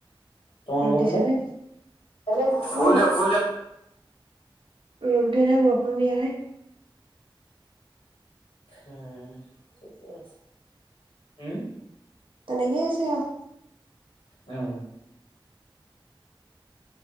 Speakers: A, on the left; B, on the right.
A: তোমালোকৰ
B: ৰ'দ দিছে
A: ফালে
B: নে
A: অলপ ফুল
B: অ
A: যা ফুল যা।
B: ৰ'দও দিয়া নাই বৰষুণও দিয়া নাই।
A: উম, ঠিকেই আছে। উম?
B: তেনেকে আছে আৰু।
A: অঁ।